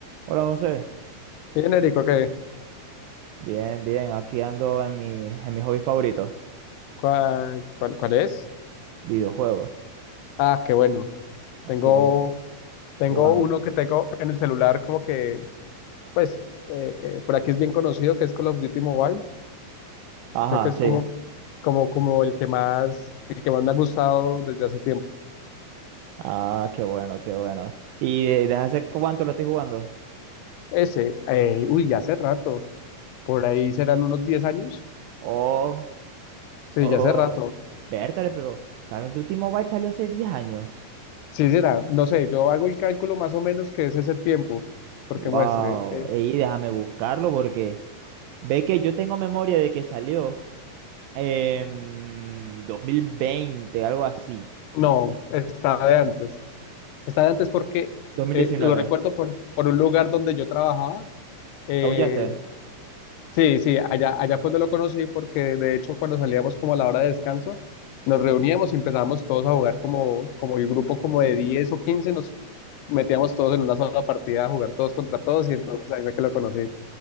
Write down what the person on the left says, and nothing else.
Genérico, ¿qué?
¿Cuál, cuál, cuál es?
Ah, qué bueno.
Tengo,
tengo
uno que tengo en el celular como que, pues, eh, eh, por aquí es bien conocido, que es Call of Duty Mobile.
Creo que es
como, como, como el que más, el que más me ha gustado desde hace tiempo.
Ese, eh, uy, ya hace rato. Por ahí serán unos 10 años.
Sí,
ya hace rato.
Sí, será. No sé, yo hago el cálculo más o menos que es ese tiempo, porque
muestre. eh,
no, está de antes. Está de antes porque
eh,
lo recuerdo por, por un lugar donde yo trabajaba. eh,
sí, sí, allá, allá fue donde lo conocí porque de hecho cuando salíamos como a la hora de descanso, nos reuníamos y empezábamos todos a jugar como, como el grupo como de 10 o 15 nos metíamos todos en una sola partida a jugar todos contra todos y entonces ahí fue que lo conocí.